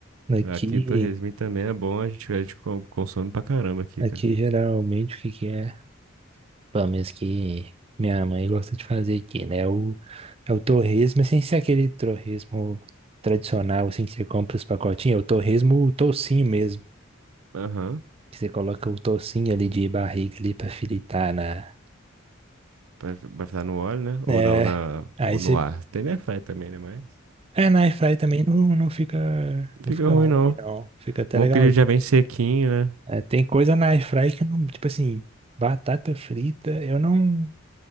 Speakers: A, on the right (about 30°); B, on the right (about 85°).
A: aqui,
B: Aqui torresminho também é bom, a gente, a gente com- consome pra caramba aqui,
A: aqui
B: cara.
A: geralmente o que que é? Pelo menos que minha mãe gosta de fazer aqui, né? O, é o torresmo, mas sem ser aquele torresmo tradicional, assim, que você compra os pacotinhos. É o torresmo, o toucinho mesmo.
B: Aham.
A: Que você coloca o toucinho ali de barriga ali pra fritar na...
B: Pra pra fritar no óleo, né? Ou
A: É,
B: na, ou na,
A: aí
B: ou
A: você...
B: no ar. Tem airfryer também, né? Mas não
A: É, na air fry também não, não fica, não
B: fica
A: fica
B: ruim,
A: ruim,
B: não.
A: não. Fica até
B: Bom
A: legal.
B: que ele já vem sequinho, né?
A: É, tem coisa na air fry que não, tipo assim, batata frita, eu não.